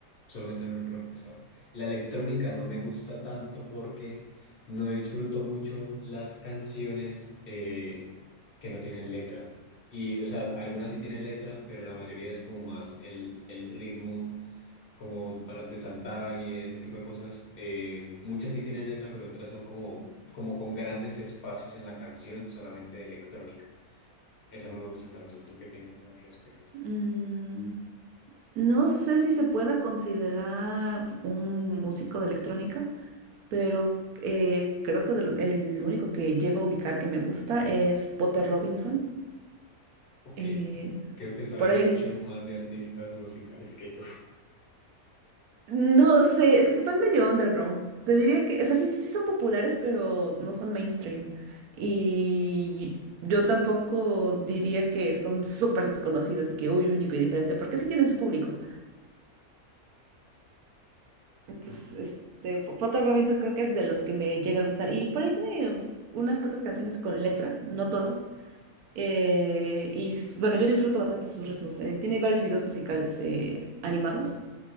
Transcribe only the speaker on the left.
solamente no el rock pesado. La electrónica no me gusta tanto porque no disfruto mucho las canciones eh, que no tienen letra. Y, o sea, algunas sí tienen letra, pero la mayoría es como más el, el ritmo, como para de saltar y ese tipo de cosas. Eh, muchas sí tienen letra, pero otras son como, como con grandes espacios en la canción, solamente de electrónica. Eso no me gusta tanto. ¿Tú qué piensas al respecto?
Ok,
creo que sabes
mucho más de artistas musicales que yo.
Ok.